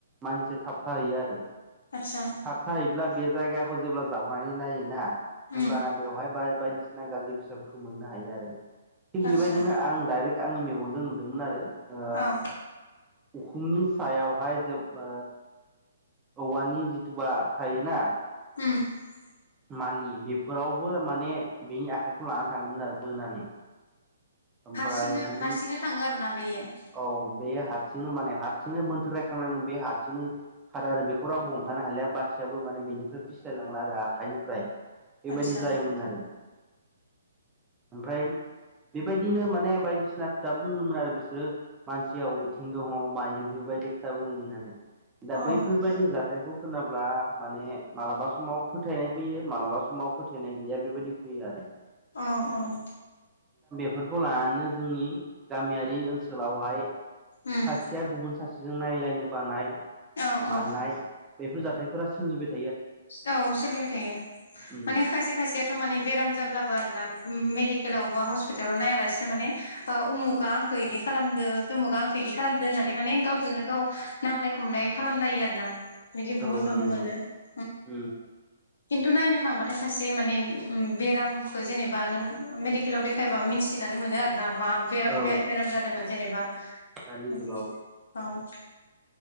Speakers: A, on the right; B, on the left.
A: मानसिया थाबथाहैयो आरो।
B: आतसा
A: थाबथायाहैब्ला बे जायगाखौ जेब्ला जावनानै नायोना
B: उम
A: होमब्लाना बेवहाय बा बायदिसिना गाज्रि बेसादफोरखौ मोननो हायो आरो । थिग
B: आतसा
A: बेबायदिनो आं डाइरेक्ट आंनि मेगनजों नुदोंमोन आरो ओ
B: औ
A: उखुमनि सायावहाय जोब औवानि दुबा थायोना
B: ओम ।
A: मालि बेफोरावबो माने बिनि आखाइखौ लानानै थाङोमोन आरो बोनानै ओमफ्राय
B: हारसिनो
A: बिदिनो
B: हारसिंनो थाङो आरोना बेयो?
A: औ बे हारसिंनो माने हारसिंनो मोन्थोर रायखांनानै बे हारसिंनो खारो आरो बेखौ राव हमथानो हालिया बाथियाबो माने बेनिफ्राय फिस्लाय लांला आरो आखाइनिफ्राय । बेबायदि
B: आतसा
A: जायोमोन आरो ओमफ्राय बेबायदिनो माने बायदिसिना खोथा बुङोमोन आरो बिसोरो मानसियाव अबेथिं दङ' मायो बेबायदि खोथा बुङोमोन आरो । दा
B: औ
A: बैफोरदि जाथायखौ खोनाब्ला माने मालाबा समाव फोथायनाय फैयो मालाबा समाव फोथायनाय गैया बेबायदि फैयो आरो ।
B: अ औ ‌
A: बेफोरखौ लानानै जोंनि गामियारि ओनसोलावहाय
B: उम
A: सासेया गुबुन सासे जों नायलायनो बानाय
B: औ औ
A: मानाय बेफोर जाथायफोरा सोमजिबाय था
B: औ सोलिबाय थायो
A: उम
B: माने खायसे खायसेयाथ' माने बेराम जाब्लाबो आरोना मेडे लावबा हस्पिटालाव नायालासिनो माने ओ उमुगा आंखौ इदि खालामदो थुमुगा आंखौ इदि खालामदो होननानै माने गावजोंनो गाव नांलाय खमलाय खालामलायो आरो ना बिदि बुहुत
A: औ
B: नुनो
A: नंगौ
B: मोनो ।
A: उम ।
B: खिन्थु नायनो थांबाथाय खायसे माने बेरामखौ जेनेबा नों मेडिकेलाव देखायबा मिथिनानै मोनो ना मा
A: औ
B: बे-बेराम जादोंमोन जेनेबा
A: दानि
B: आदि
A: जुगाव
B: औ ।